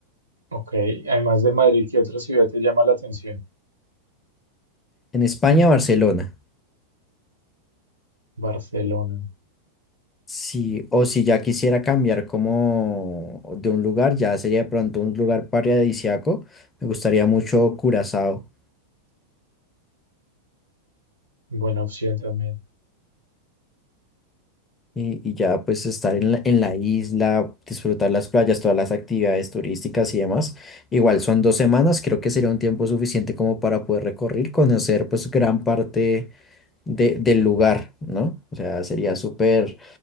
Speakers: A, on the right; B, on the left.
A: Ok, además de Madrid, ¿qué otra ciudad te llama la atención?
B: En España, Barcelona.
A: Barcelona,
B: Sí, o si ya quisiera cambiar como de un lugar, ya sería de pronto un lugar paradisíaco. Me gustaría mucho Curazao
A: buena opción también.
B: y, y ya pues estar en la, en la isla, disfrutar las playas, todas las actividades turísticas y demás. Igual son dos semanas, creo que sería un tiempo suficiente como para poder recorrer, conocer pues gran parte de, del lugar, ¿no? O sea, sería súper,